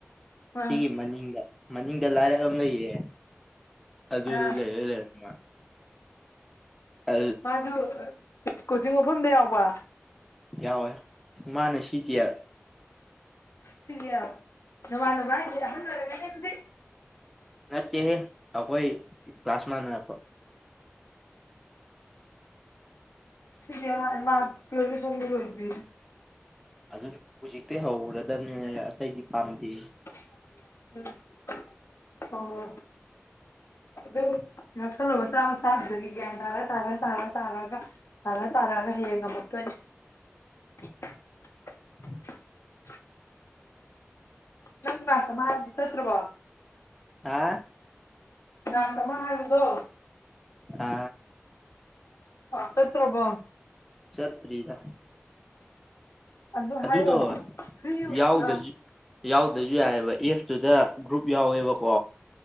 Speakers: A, on the left; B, in the centre.
A: ꯑꯥ
B: ꯁꯤꯒꯤ ꯃꯅꯤꯡꯗ ꯃꯅꯤꯡꯗ ꯂꯥꯏꯔꯛ ꯑꯃ ꯂꯩꯌꯦ ꯑꯗꯨꯗ
A: ꯑꯥ
B: ꯂꯩ ꯂꯩꯃ ꯑ
A: ꯃꯥꯁꯨ ꯀꯣꯆꯤꯡ ꯃꯐꯝꯗ ꯌꯥꯎꯕ
B: ꯌꯥꯎꯋꯦ ꯃꯥꯅ ꯁꯤꯇꯤꯑꯥꯏ
A: ꯁꯤꯒꯌꯥ ꯅꯃꯥꯟꯅꯥꯕꯥ ꯍꯥꯏꯖ ꯑꯍꯜ ꯑꯣꯏꯔꯝꯒꯅꯤ ꯑꯗꯨꯗꯤ
B: ꯆꯦ ꯍꯦ ꯑꯩꯈꯣꯏ ꯀ꯭ꯂꯥꯁ ꯃꯥꯟꯅꯥ ꯔꯛꯄ
A: ꯁꯤ ꯃꯥ ꯀꯦꯔ ꯁ ꯆꯕꯤ
B: ꯑꯗꯨ ꯍꯧꯖꯤꯛꯇꯤ ꯍꯧꯔꯗꯕꯅꯦ ꯑꯇꯩꯗꯤ ꯄꯥꯝꯗꯦ
A: ꯎꯝ <unintelligible> ꯑꯣ ꯑꯗꯨꯗꯣ ꯑ ꯍꯜꯣ ꯃ ꯆꯥ ꯃ ꯁꯥꯥꯗꯒꯤꯒꯦ ꯇꯥꯔ ꯇꯥꯔ ꯇꯥꯔ ꯇꯥꯔꯒ ꯇꯥꯔ ꯇꯥꯔꯒ ꯍꯌꯦꯡ ꯉꯝꯃꯛꯇꯣꯏꯅꯦ <unintelligible> <unintelligible> ꯅꯪ ꯀꯂꯥꯁ ꯑꯃꯥ ꯍꯥꯏꯕꯗꯣ ꯆꯠꯇꯔ꯭ꯕꯣ
B: ꯍꯥ
A: ꯀꯂ꯭ꯥꯁ ꯑꯃꯥ ꯍꯥꯌꯕꯥꯗꯣ
B: ꯑ
A: ꯆꯠꯇ꯭ꯔꯕꯣ
B: ꯆꯠꯇ꯭ꯔꯤꯗꯥꯥ
A: ꯑꯗꯨ
B: ꯑꯗꯨꯗꯣ
A: ꯍꯥꯏꯌꯣ ꯐ꯭ꯔꯤ ꯑꯥ
B: ꯌꯥꯎꯗ꯭ꯔꯖꯨ ꯌꯥꯎꯗ꯭ꯔꯖꯨ ꯌꯥꯏꯑꯕ ꯑꯦ ꯑꯗꯨꯗ ꯒ꯭ꯔꯨꯞ ꯌꯥꯎꯋꯦꯕ ꯀꯣ